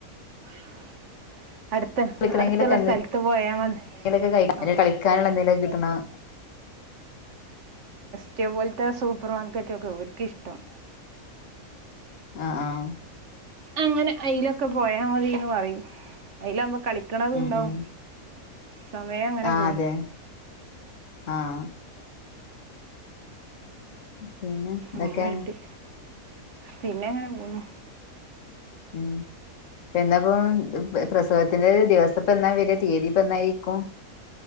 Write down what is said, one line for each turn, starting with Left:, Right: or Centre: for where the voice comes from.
Right: <inaudible> അടുത്ത
Left: പൊളിക്കണെങ്കിലൊക്കെ
Right: അടുത്തുള്ള സ്ഥലത്ത് പോയാ മതി
Left: എന്തെങ്കിലൊക്കെ കഴി
Right: ആ.
Left: കളിക്കാനുള്ള എന്തെങ്കിലൊക്കെ കിട്ടണം
Right: ഒറ്റേപോലത്തെ സൂപ്പർ മാർക്കറ്റ് ഒക്കെ ഒർക്കിഷ്ട്ടം.
Left: ആഹ ആഹ.
Right: അങ്ങനെ അയ്ലൊക്കെ പോയാ മതിന്ന് പറയും. അയ്ലാവുമ്പോ കളിക്കണത്
Left: ഉം
Right: ഇണ്ടാവും.
Left: ഉം
Right: സമയം അങ്ങനെ
Left: ആഹ്
Right: പോവും.
Left: അതെ ആഹ് പിന്നെ എന്തൊക്കെ
Right: ങ്ങനായിട്ട് പിന്നെ അങ്ങനെ പോന്നു.
Left: ഉം പിന്നപ്പോ പ്രസവത്തിന്റെ ദിവസപ്പ എന്നാ വരാ തീയതി. ഇപ്പ എന്നായിരിക്കും